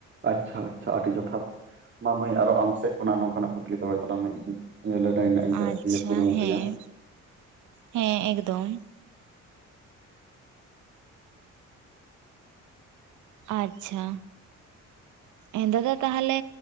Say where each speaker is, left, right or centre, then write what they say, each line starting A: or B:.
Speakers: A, on the right; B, on the right.
A: ᱟᱪᱪᱷᱟ ᱟᱪᱪᱷᱟ ᱟᱹᱰᱤ ᱡᱚᱛᱷᱟᱛ, ᱢᱟ ᱢᱟᱹᱭ ᱟᱨᱚ ᱟᱢ ᱥᱮᱫ ᱠᱷᱚᱱᱟᱜ ᱱᱚᱝᱠᱟᱱᱟᱜ ᱠᱩᱠᱞᱤ ᱫᱚᱦᱚᱭ ᱛᱟᱞᱟᱝ ᱢᱮ ᱤ-ᱤᱧ ᱞᱟᱹᱱᱟᱹᱭ ᱨᱮᱱᱟᱜ ᱡᱟᱦᱟᱸ
B: ᱟᱪᱪᱷᱟ
A: ᱤᱭᱟᱹ ᱠᱩᱨᱩᱼᱢᱩᱴᱩᱭᱟ᱾
B: ᱦᱮᱸ ᱦᱮᱸ ᱮᱠᱫᱚᱢ᱾ ᱟᱪᱪᱷᱟ᱾ ᱦᱮᱸ ᱫᱟᱫᱟ ᱛᱟᱦᱚᱞᱮ